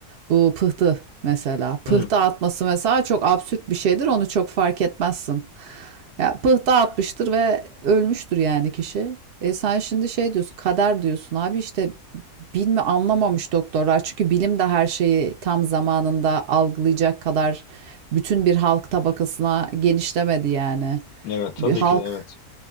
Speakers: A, on the right; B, on the left.
A: Bu pıhtı mesela. Pıhtı
B: Hı.
A: atması mesela çok absürt bir şeydir. Onu çok fark etmezsin. Ya pıhtı atmıştır ve ölmüştür yani kişi. E sen şimdi şey diyorsun, kader diyorsun. Abi işte bilme anlamamış doktorlar. Çünkü bilim de her şeyi tam zamanında algılayacak kadar bütün bir halk tabakasına genişlemedi yani.
B: Evet tabii
A: Bir halk
B: ki de evet.